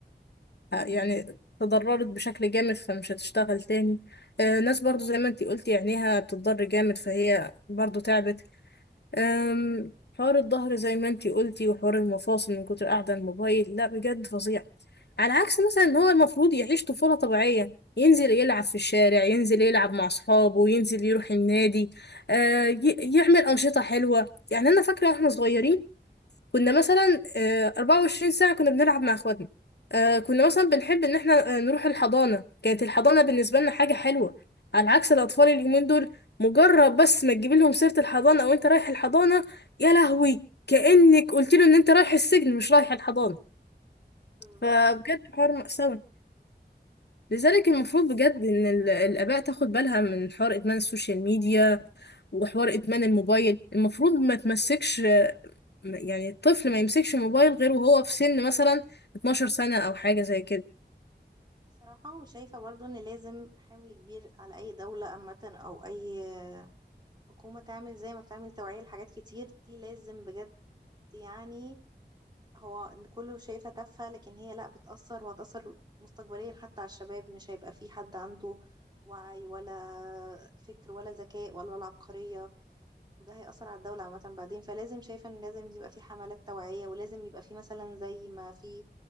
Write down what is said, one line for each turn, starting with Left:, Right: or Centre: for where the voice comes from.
Left: آه، يعني تضررت بشكل جامد فمش هتشتغل تاني آه، ناس برضو زي ما انتي قلتي عينيها بتضر جامد فهي برضو تعبت أم، حوار الظهر زي ما انتي قلتي وحوار المفاصل من كتر قاعدة على الموبايل لا بجد فظيع على عكس مثلا ان هو المفروض يعيش طفولة طبيعية ينزل يلعب في الشارع ينزل يلعب مع اصحابه ينزل يروح النادي آه ي- يعمل أنشطة حلوة يعني انا فاكرة واحنا صغيرين كنا مثلا آه، 24 ساعة كنا بنلعب مع اخواتنا آه، كنا مثلا بنحب ان احنا آه، نروح الحضانة كانت الحضانة بالنسبة لنا حاجة حلوة على عكس الاطفال اليومين دول مجرد بس ما تجيب لهم سيرة الحضانة او انت رايح الحضانة يا لهوي كأنك قلت له ان انت رايح السجن مش رايح الحضانة
Right: بالظبط
Left: فبجد
Right: حقيقي.
Left: حوار مأساوي لذلك المفروض بجد ان ال- الاباء تاخد بالها من حوار ادمان السوشيال ميديا وحوار ادمان الموبايل المفروض ما تمسكش م- يعني الطفل ما يمسكش موبايل غير وهو في سن مثلا 12 سنة أو حاجة زي كده
Right: صراحة شايفة برضو إن لازم حمل كبير على أي دولة عامة أو أي حكومة تعمل زي ما بتعمل توعية لحاجات كتير دي لازم بجد يعني هو إن كله شايفة تافهة لكن هي لا بتأثر وهتأثر مستقبليا حتى على الشباب مش هيبقى في حد عنده وعي ولا فكر ولا ذكاء ولا العبقرية وده هيأثر على الدولة عامة بعدين فلازم شايفة إن لازم يبقى في حملات توعية ولازم يبقى في مثلا زي ما في